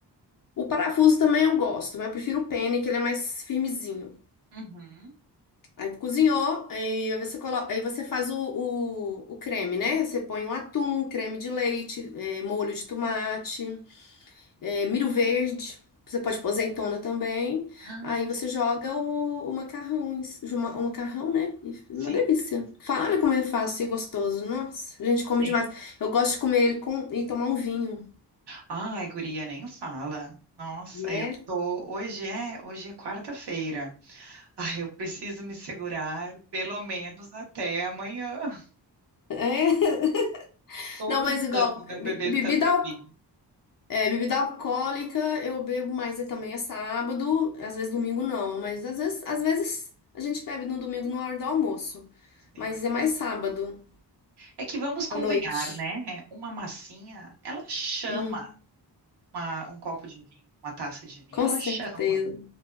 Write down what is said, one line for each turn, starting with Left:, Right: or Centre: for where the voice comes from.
Left: O parafuso também eu gosto, mas eu prefiro o penne, que ele é mais firmezinho.
Right: Uhum.
Left: Aí cozinhou, aí você coloca, aí você faz o, o, o creme, né? Você põe um atum, creme de leite, eh, molho de tomate. é, milho verde. Você pode pôr azeitona também.
Right: Ai,
Left: Aí você joga o, o macarrão, em ci- uma- o macarrão, né? E fica
Right: sim,
Left: uma delícia. Fa- Olha como é fácil e gostoso. Nossa, a gente
Right: sim.
Left: come demais. Eu gosto de comer ele com, e tomar um vinho,
Right: Ai, guria, nem fala. Nossa,
Left: né?
Right: eu tô. Hoje é, hoje é quarta-feira. Ai, eu preciso me segurar pelo menos até amanhã. <laughs>
Left: É. <laughs>
Right: Estou
Left: Não,
Right: tentando
Left: mas igual,
Right: não
Left: be-
Right: beber
Left: bebida,
Right: tanto
Left: al-
Right: vinho.
Left: é, bebida alcoólica eu bebo mais é, também é sábado, às vezes domingo não, mas às vezes, às vezes a gente bebe no domingo na hora do almoço.
Right: Sim.
Left: Mas é mais sábado,
Right: É que vamos convenhar,
Left: à noite.
Right: né? Uma massinha, ela chama
Left: Hum,
Right: uma- um copo de vinho, uma taça de vinho,
Left: Com
Right: ela
Left: certeza.
Right: chama.